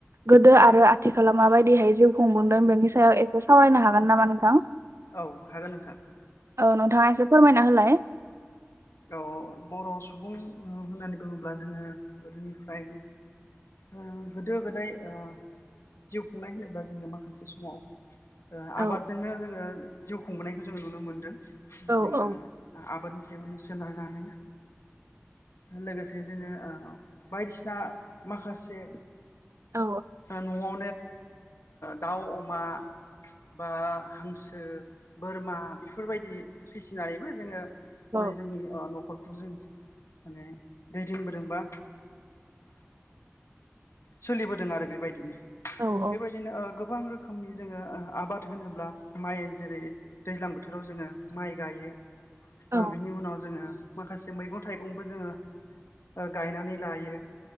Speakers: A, on the right; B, on the left.
A: गोदो आरो आ थिखालाव माबायदिहाय जिउ खुंबुंदों बेनि सायाव एसे सावरायनो हागोन नामा नोंथां?
B: औ हागोन नोंथां।
A: औ नोंथाङा एसे फोरमायना होलाय।
B: ओ बर' सुबुं होननानै बुङोब्ला जोङो गोदोनिफ्राय ओ गोदो गोदाय ओ जिउ खुंनाय होनोब्ला जोङो माखासे समाव ओ आबादजोंनो
A: औ
B: जोङो जिउ खुंबोनायखौ जोङो नुनो मोनदों
A: औ
B: जोङो
A: औ
B: आबाद सोनारनानै लोगोसे जोङो ओ बायदिसिना माखासे
A: औ
B: न'आवनो ओ दाउ अमा बा हांसो बोरमा बेफोरबायदि फिसिनानैबो जोङो
A: औ
B: माने जोंनि ओ न'खरखौ जों माने दै दोनबोदों बा। सोलिबोदों आरो बेबायदिनो
A: औ औ
B: बेबायदिनो ओ गोबां रोखोमनि जोङो ओ आबाद होनोब्ला माइ जेरै दैज्लां बोथोराव जोङो माइ गायो
A: औ
B: ओ बिनि उनाव जोङो माखासे मैगं थाइगंबो जोङो ओ गायनानै लायो।